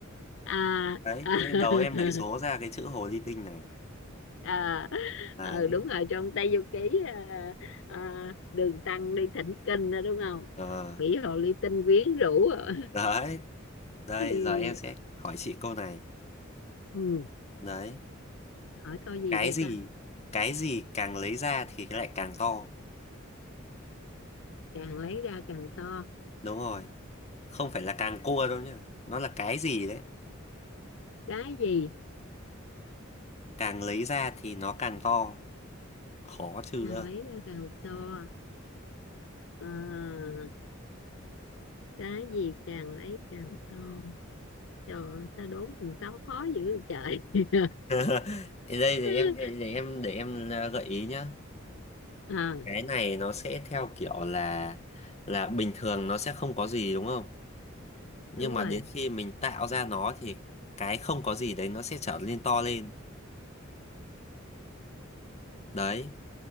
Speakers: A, on the left (about 65°); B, on the left (about 35°).
A: à,
B: Đấy,
A: à, <laughs>
B: thế nên đầu em nảy số ra cái chữ hồ ly tinh này.
A: à,
B: Đấy.
A: ờ, đúng rồi trong Tây Du Ký à, à, đường tăng đi thỉnh kinh đó đúng không
B: Ờ,
A: Bỉ hồ ly tinh quyến rũ <laughs>
B: đấy, đây
A: Thì,
B: giờ em sẽ hỏi chị câu này.
A: ừ,
B: Đấy,
A: hỏi câu gì
B: cái
A: đây
B: gì
A: ta
B: cái gì càng lấy ra thì lại càng to.
A: càng lấy ra càng to
B: Đúng rồi. không phải là càng cua đâu nhá nó là cái gì đấy
A: cái gì
B: càng lấy ra thì nó càng to khó chưa
A: càng lấy ra càng to à, cái gì càng lấy càng to trời ơi, sao đố mình táo khó dữ vậy trời
B: <laughs> Thì đây để
A: <laughs>
B: em để, để em để em à, gợi ý nhá
A: à,
B: cái này nó sẽ theo kiểu là là bình thường nó sẽ không có gì đúng không nhưng
A: đúng
B: mà
A: rồi
B: đến khi mình tạo ra nó thì cái không có gì đấy nó sẽ trở nên to lên đấy